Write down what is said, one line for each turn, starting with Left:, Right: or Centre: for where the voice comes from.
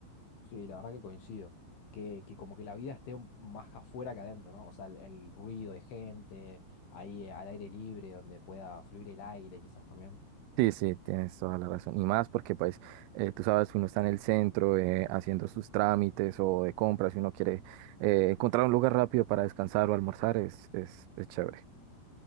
Left: Sí, la verdad que coincido. Que, que como que la vida esté un- más afuera que adentro, ¿no? O sea, el, el ruido de gente, ahí eh, al aire libre, donde pueda fluir el aire quizás también.
Right: Sí, sí, tienes toda la razón. Y más porque, pues, eh, tú sabes, uno está en el centro eh, haciendo sus trámites o de compras, si uno quiere eh, encontrar un lugar rápido para descansar o almorzar, es, es es chévere.